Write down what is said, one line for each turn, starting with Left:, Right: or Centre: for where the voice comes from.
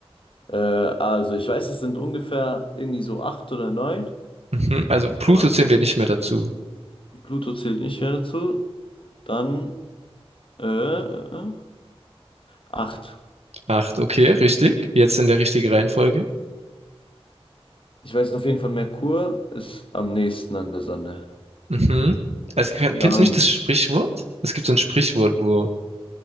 Left: Äh, also ich weiß, es sind ungefähr irgendwie so acht oder neun,
Right: Mhm. Also Pluto
Left: aber
Right: zählen wir nicht mehr dazu.
Left: Pluto zählt nicht mehr dazu. Dann äh, äh, äh, acht.
Right: Acht, okay, richtig. Jetzt in der richtigen Reihenfolge.
Left: Ich weiß auf jeden Fall, Merkur ist am nächsten an der Sonne.
Right: Mhm. Also, kenn-
Left: Dann,
Right: kennst du nicht das Sprichwort? Es gibt so ein Sprichwort, wo,